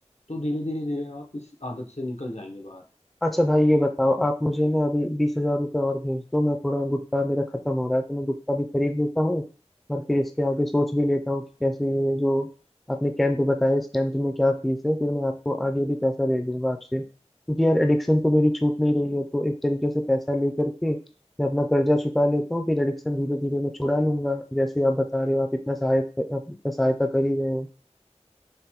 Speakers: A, on the left; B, in the centre.
A: तो धीरे धीरे धीरे आप इस आदत से निकल जाएंगे बाहर
B: अच्छा भाई ये बताओ आप मुझे ना अभी बीस हजार रुपये और भेज दो मैं थोड़ा गुटखा मेरा खत्म हो रहा है तो मैं गुटखा भी खरीद लेता हूँ और फिर इसके आगे सोच भी लेता हूँ कि कैसे ये जो आपने कैंप बताया इस कैंप में क्या फीस है फिर मैं आपको आगे भी पैसा दे दूंगा आपसे क्योंकि यार एडिक्शन तो मेरी छूट नहीं रही है तो एक तरीके से पैसा लेकर के मैं अपना कर्जा चुका लेता हूँ फिर एडिक्शन धीरे धीरे मैं छुड़ा लूंगा जैसे आप बता रहे हो आप इतना सहायता आप इतना सहायता कर ही रहे हो